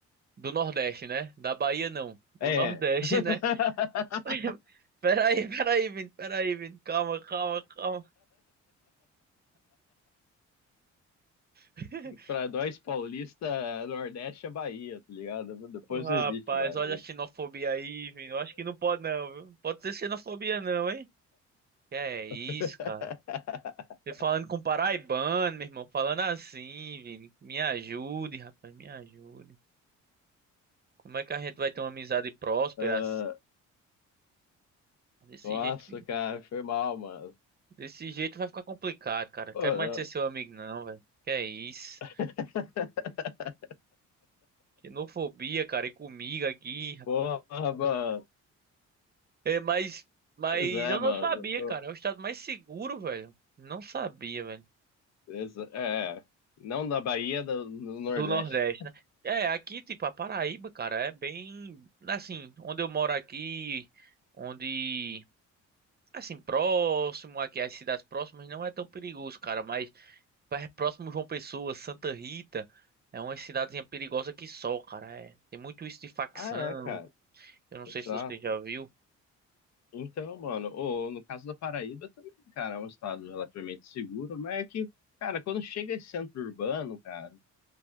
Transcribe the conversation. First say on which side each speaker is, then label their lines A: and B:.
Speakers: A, on the right (about 30°); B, on the left (about 60°).
A: Do Nordeste, né? Da Bahia, não. Do
B: É.
A: Nordeste,
B: <laughs>
A: né? <laughs> Peraí, peraí, Vini. Peraí, Vini. Calma, calma, calma. <laughs>
B: Pra nós paulista, Nordeste é Bahia, tá ligado? Depois
A: Rapaz,
B: não existe mais.
A: olha a xenofobia aí, viu? Eu acho que não pode não, viu? Não Pode ser xenofobia não, hein? Que é isso,
B: <laughs>
A: cara? Você falando com paraibano, meu irmão, falando assim, Vini. Me ajude, rapaz, me ajude. Como é que a gente vai ter uma amizade próspera?
B: Ah,
A: assim? Desse
B: nossa,
A: jeito,
B: cara, foi mal, mano.
A: desse jeito vai ficar complicado, cara.
B: Pô,
A: Quero mais ser seu amigo não, velho. Que é isso?
B: <laughs> ah,
A: Xenofobia, cara, e comigo aqui, rapaz.
B: Porra, mano.
A: É, mas, mas
B: Pois é,
A: eu
B: mano.
A: não sabia, cara.
B: Ah,
A: É o estado mais seguro, velho. Não sabia, velho.
B: exa- É, não da Bahia, do, do Nordeste.
A: Do Nordeste, né? É, aqui, tipo, a Paraíba, cara, é bem. Assim, onde eu moro aqui, onde. Assim, próximo aqui, as cidades próximas não é tão perigoso, cara, mas per- próximo João Pessoa, Santa Rita, é uma cidadezinha perigosa que só, cara. É. Tem muito isso de facção.
B: Ah, é, cara.
A: Eu não
B: Exato.
A: sei se você já viu.
B: Então, mano, ô, no caso da Paraíba também, cara, é um estado relativamente seguro, mas é que, cara, quando chega esse centro urbano, cara,